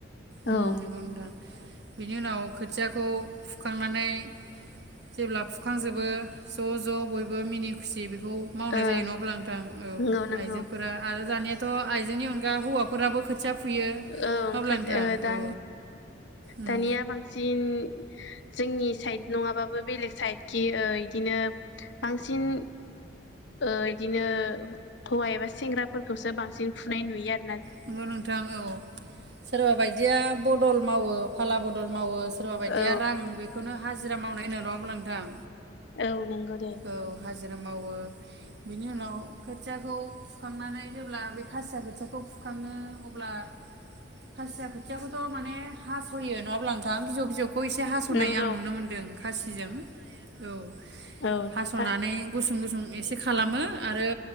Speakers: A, on the right; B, on the left.
A: उम
B: औ,
A: नंगौ नोंथां बिनि उनाव खोथियाखौ फुखांनानै जेब्ला फुखांजोबो ज' ज' बयबो मिनि खुसि बे बेखौ मावनाय
B: ओं
A: जायो <unintelligible> लादां अब्ला नोंथां औ
B: नंगौ नंगौ
A: आइजोफोरा आरो दानियाथ' आइजोनि अनगा हौफोराबो खोथिया फुयो
B: औ <unintelligible>
A: नङा होमब्ला नोंथां
B: दा
A: औ उम
B: दानिया बांसिन बांसिन जोंनि साइड नङाबाबो बेलेग साइड कि बिदिनो बांसिन, ओ बिदिनो हौवा एबा सेंग्राफोरखौसो बांसिन फुनाय नुयो आरो
A: नंगौ नोंथां औ सोरबा बायदिया बदल मावो फाला बद बदल मावो सोरबा बायदिया
B: औ
A: रां बेखौनो, हाजिरा मावनाय होनावल' बुंलां नोंथां,
B: औ नों नंगौ दे
A: औ हाजिरा मावो बिनि उनाव खोथियाखौ फुखांनानै जेब्ला बे खासिया खोथियाखौ फुखाङो अब्ला खासिया खोथियाखौथ' माने हास'यो नङाब्ला नोंथां बिजौ बिजौ, खौ एसे हास'नाय
B: नंगौ
A: आं नुनो मोनदों खासिजों औ,
B: औ
A: हास'नानै
B: दा
A: गुसुं गुसुं एसे खालामो, आरो